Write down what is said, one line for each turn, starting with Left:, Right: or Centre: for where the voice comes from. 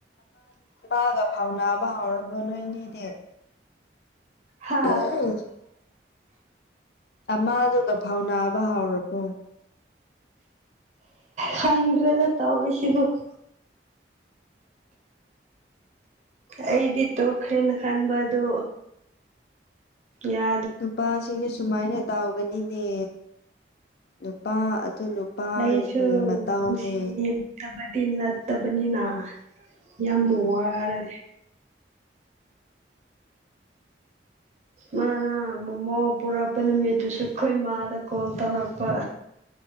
Left: ꯃꯥꯒ ꯐꯥꯎꯅꯕ ꯍꯧꯔꯕꯣ ꯅꯣꯏꯅꯤꯗꯤ
Right: ꯍꯥ
Left: ꯎꯝ <inaudible> ꯑꯃꯥꯗꯨꯒ ꯐꯥꯎ ꯅꯥꯕ ꯍꯥꯎꯔꯕꯣ
Right: ꯈꯪꯗ꯭ꯔꯦꯗ ꯇꯧ ꯑꯣ ꯁꯤꯗ <inaudible> ꯑꯩꯗꯤ ꯇꯣꯛꯈ꯭ꯔꯦ ꯅꯍꯥꯟ ꯄꯥꯗꯣ ꯌꯥ
Left: ꯅꯨꯄꯥꯁꯤꯡꯗꯤ ꯁꯨꯃꯥꯏꯅ ꯇꯧꯒꯅꯤꯅꯦ ꯅꯨꯄꯥ ꯑꯗꯨ ꯅꯨꯄꯥꯒꯤ
Right: ꯂꯩꯁꯨ
Left: ꯃꯇꯥꯎꯅꯦ
Right: ꯅꯨꯡꯁꯤꯌꯦ ꯊꯕꯛꯇꯤ ꯅꯠꯇꯕꯅꯤꯅ ꯌꯥꯝ
Left: ꯎꯝ
Right: ꯃꯣ ꯋꯥꯔꯦ ꯃꯥꯅ ꯃꯣꯃꯣ ꯄꯨꯔꯛꯄ ꯅꯨꯃꯤꯠꯇꯨꯁꯨ ꯈꯨꫭꯏ ꯏꯃꯥꯗ ꯀꯣꯜ ꯇꯧꯔꯛꯄ